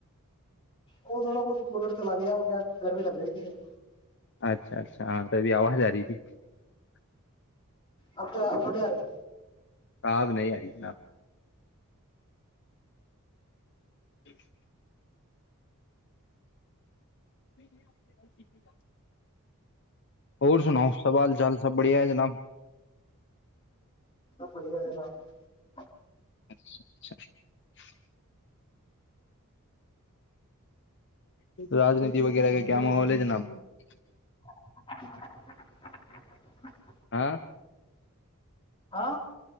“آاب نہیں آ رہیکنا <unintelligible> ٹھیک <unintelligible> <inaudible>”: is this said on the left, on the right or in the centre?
Left